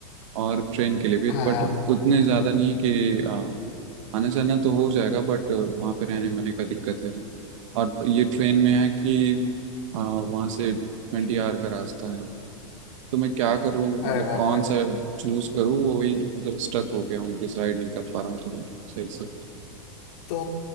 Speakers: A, on the right (about 65°); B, on the left (about 60°).
A: और ट्रेन के लिए भी
B: हाँ
A: बट
B: हाँ
A: उतने ज़्यादा नहीं है कि अ, आना जाना तो हो जाएगा बट वहाँ पे रहने वहने का दिक्कत है और ये ट्रेन में है कि अ, वहाँ से ट्वेंटी आवर का रास्ता है तो मैं क्या करूँ मतलब
B: अरे बाप
A: कौन
B: रे
A: सा चूज करूँ वही मतलब स्टक हो गया हूँ डिसाइड नहीं कर पा रहा हूँ थोड़ा सही से
B: तो